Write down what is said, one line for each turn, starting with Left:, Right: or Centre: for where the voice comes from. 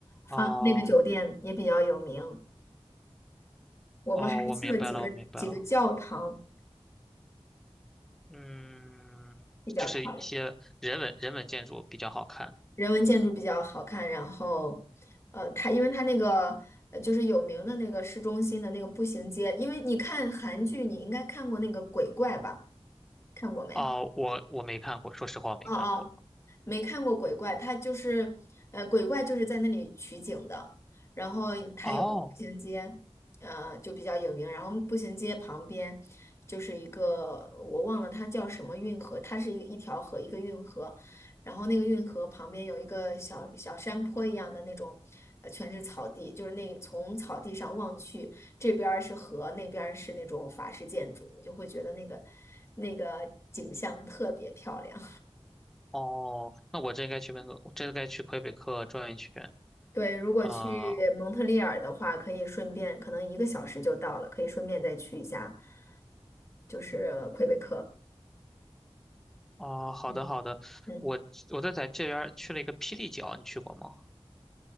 Left: 方那个酒店也比较有名。
Centre: 哦，
Left: 我们还去了几个几个教堂，
Centre: 哦，我明白了，我明白了。嗯，
Left: 比较漂亮，
Centre: 就是一些人文人文建筑比较好看。
Left: 人文建筑比较好看。然后，呃，它因为它那个呃就是有名的那个市中心的那个步行街，因为你看韩剧，你应该看过那个鬼怪吧？看过没？
Centre: 哦，我我没看过，说实话我没看过。
Left: 哦哦，没看过鬼怪，它就是，呃，鬼怪就是在那里取景的，然后它有个步行街，
Centre: 哦，
Left: 呃，就比较有名，然后步行街旁边就是一个我忘了它叫什么运河，它是一一条河，一个运河，然后那个运河旁边有一个小小山坡一样的那种，呃，全是草地，就是那从草地上望去，这边儿是河，那边儿是那种法式建筑，你就会觉得那个那个景象特别漂亮。
Centre: 哦，那我真该去温哥，我真该去魁北克转一圈。
Left: 对，如果去蒙特利尔的话，
Centre: 啊、
Left: 可以顺便，可能一个小时就到了，可以顺便再去一下，就是呃魁北克。
Centre: 哦，好的好的，
Left: 嗯嗯，
Centre: 我我在在这边儿去了一个霹雳角，你去过吗？